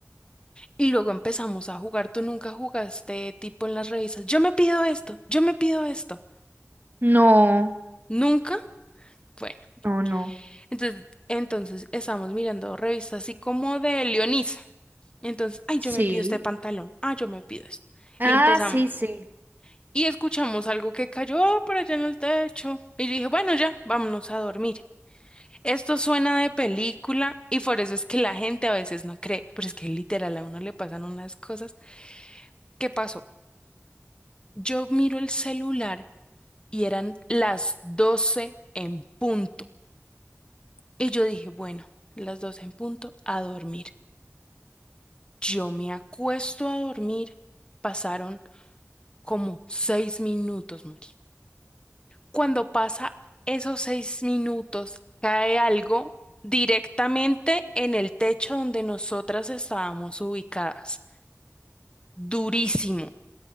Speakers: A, on the left (about 20°); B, on the right (about 40°).
A: Y luego empezamos a jugar. Tú nunca jugaste tipo en las revistas. Yo me pido esto, yo me pido esto.
B: No,
A: ¿Nunca? Bueno,
B: No, no.
A: entonces, entonces estamos mirando revistas así como de Leonisa. Entonces, ay,
B: sí.
A: yo me pido este pantalón. Ah, yo me pido esto.
B: Ah,
A: Y empezamos.
B: sí, sí.
A: y escuchamos algo que cayó ah, por allá en el techo. Y yo dije, bueno, ya, vámonos a dormir. Esto suena de película y por eso es que la gente a veces no cree, pero es que literal a uno le pasan unas cosas. ¿Qué pasó? Yo miro el celular y eran las doce en punto. Y yo dije, bueno, las 12 en punto a dormir. Yo me acuesto a dormir. Pasaron como seis minutos, Mari. cuando pasa esos seis minutos, cae algo directamente en el techo donde nosotras estábamos ubicadas. Durísimo.